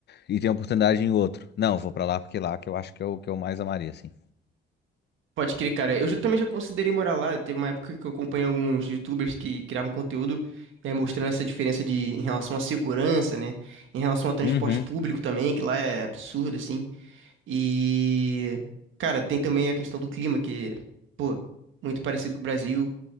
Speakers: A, on the left (about 60°); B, on the right (about 80°).
A: E tenho oportunidade em outro. Não, eu vou pra lá porque lá que eu acho que é o que eu mais amaria, assim.
B: Pode crer, cara. Eu já- também já considerei morar lá. Teve uma época que eu acompanhei alguns YouTubers que criavam conteúdo, eh, mostrando essa diferença de em relação à segurança, né? Em relação ao transporte
A: Uhum.
B: público também, que lá é absurdo, assim. E, cara, tem também a questão do clima, que, pô, muito parecido com o Brasil.